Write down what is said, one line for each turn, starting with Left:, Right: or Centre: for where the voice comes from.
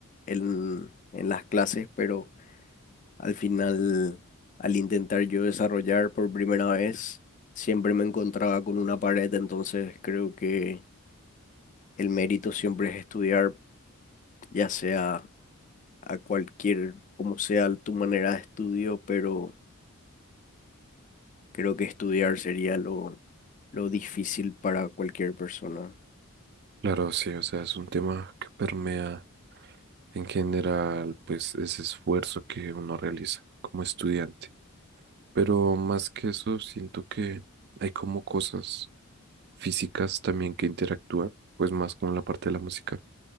Left: en, en las clases, pero al final, al intentar yo desarrollar por primera vez, siempre me encontraba con una pared, entonces creo que el mérito siempre es estudiar, ya sea a cualquier, como sea tu manera de estudio, pero creo que estudiar sería lo, lo difícil para cualquier persona.
Right: Claro, sí, o sea, es un tema que permea en general, pues, ese esfuerzo que uno realiza como estudiante. Pero más que eso, siento que hay como cosas físicas también que interactúan, pues más con la parte de la música